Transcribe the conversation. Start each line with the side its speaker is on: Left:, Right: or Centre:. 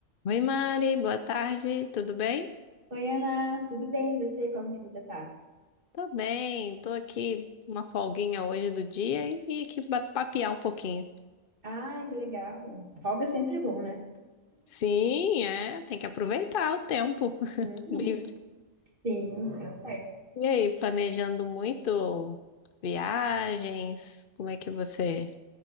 Left: Oi, Mari, boa tarde, tudo bem?
Right: Oi, Ana, tudo bem? E você? Como que você tá?
Left: Tô bem, tô aqui uma folguinha hoje do dia e vim aqui ba- papear um pouquinho.
Right: Ai, que legal. Folga sempre é bom, né?
Left: Sim, é, tem que aproveitar o tempo <laughs>
Right: Uhum.
Left: livre.
Right: Sim, é o certo.
Left: E aí, planejando muito viagens? Como é que você